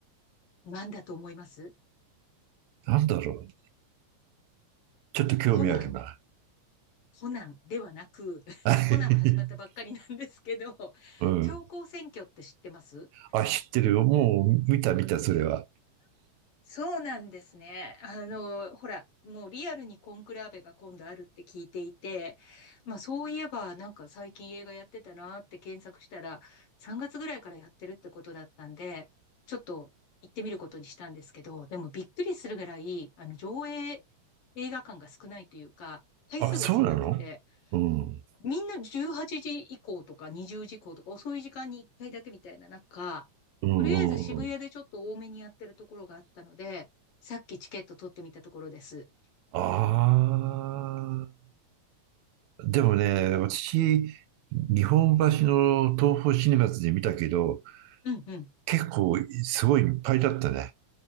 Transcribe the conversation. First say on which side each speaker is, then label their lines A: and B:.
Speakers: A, on the left; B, on the right.
A: なんだと思います
B: なんだろう。ちょっと興味あるな。
A: コナン、コナンではなく、<laughs>
B: <laughs> はい。
A: コナンは始まったばっかりなんですけど、
B: うん。
A: 強行選挙って知ってます
B: あ、知ってるよ。もう見た見た、それは。
A: そうなんですね。あの、ほら、もうリアルにコンクラーベが今度あるって聞いていて、まあそういえばなんか最近映画やってたなって検索したら、3月ぐらいからやってるってことだったんで、ちょっと行ってみることにしたんですけど、でもびっくりするぐらい、あの、上映映画館が少ないというか、回数が少なくて、
B: あ、そうなのうん。
A: みんな18時以降とか20時以降とか遅い時間に1回だけみたいな中、
B: うんうんうん。
A: とりあえず渋谷でちょっと多めにやってるところがあったので、さっきチケット取ってみたところです。
B: ああ、でもね、私、日本橋の東宝シネマズで見たけど、
A: うんうん。
B: 結構すごいいっぱいだったね。